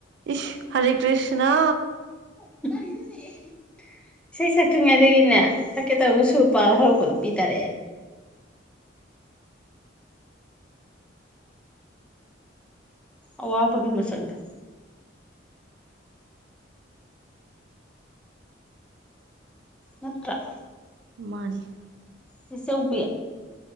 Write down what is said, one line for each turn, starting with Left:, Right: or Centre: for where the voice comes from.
Right: ꯏꯁ ꯍꯔꯦ ꯀ꯭ꯔꯤꯁꯅ
Centre: ꯏꯅꯦꯦ <inaudible> ꯏꯁꯩ ꯁꯛꯇ꯭ꯔꯤꯉꯩꯗꯒꯤꯅꯦ ꯁꯛꯀꯦ ꯇꯧꯔꯒ ꯁꯨꯔꯄꯥꯟ ꯍꯧꯔꯛꯕꯗ ꯄꯤꯥ ꯇꯔꯛꯑꯦ ꯑꯋꯥꯕꯒꯤ ꯃꯁꯛꯅꯦ ꯅꯠꯇꯔ
Right: ꯃꯥꯅꯦ
Centre: ꯆꯦꯆꯥꯎꯕꯤ